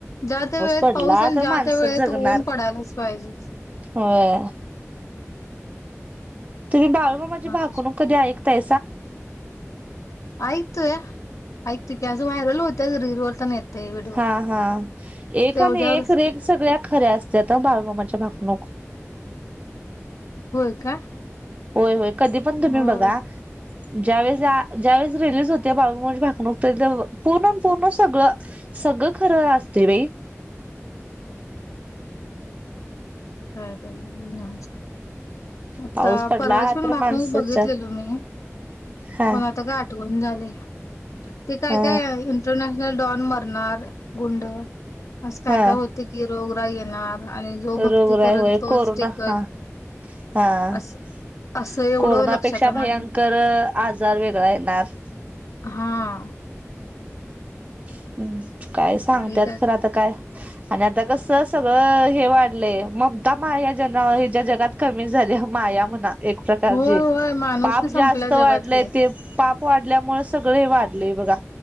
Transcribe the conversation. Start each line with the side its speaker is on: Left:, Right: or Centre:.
Left: ज्या त्या वेळेत
Right: पडला
Left: पाऊस आणि
Right: तर
Left: ज्या
Right: माणसं
Left: त्या वेळेत
Right: जगणार
Left: ऊन पडायलाच पाहिजेत.
Right: होय तुम्ही बाळूमामाची भाकणूक
Left: तुझ
Right: कधी आईकला <inaudible>
Left: ऐकतोया. ऐकतू की असं व्हायरल होत होत्या रिलीज वर. तेन येतय व्हिडिओ
Right: हा.. हा. एक
Left: तेवढ्यावरच
Right: आणि एक रेख सगळ्या खऱ्या असत्यात हो बाळूमामाच्या भा णूक.
Left: होय का?
Right: होय. होय. कधी पण तुम्ही
Left: होय
Right: बघा? ज्यावेेळेस-ज्यावेेळेस रिलीज होते. बाळूमामाची भाकणूक ते पूर्ण-पूर्णन सगळं-सगळं खरं असतय बाई.
Left: काय बाई ना आता
Right: पाऊस पडला
Left: परवाची पण
Right: तर
Left: भाकनुक
Right: माणसं
Left: बघितली
Right: चार
Left: मी.
Right: हा
Left: पण आता काय आठवना झालंया. ते काय
Right: हा
Left: काय इंटरनॅश डॉन मरणार. गुंड अस काय
Right: हा
Left: काय होतय की रोगराई येणार, आणि जो भक्ती
Right: रोगराई
Left: करल
Right: होय
Left: तोच
Right: कोरोना
Left: टिकल.
Right: हा हा
Left: असं
Right: <inaudible>
Left: असं एवढं
Right: कोरोनापेक्षा
Left: लक्षात आहे
Right: भयंकर
Left: माझ्या
Right: आजार वेगळा येणार,
Left: हा
Right: <unintelligible> काय सांगत्यात
Left: लई काय
Right: खरं आता काय आणि आता कस सगळं हे वाढलंय. ममता माया जन हिच्या जगात कमी झाली माया म्हणा एक प्रकारचे
Left: होय होय
Right: <inaudible>
Left: माणुसकी
Right: पाप
Left: संपल्या
Right: जास्त वाढलंय
Left: जगातली
Right: ते पाप वाढल्यामुळ सगळ वाढलंय बघा,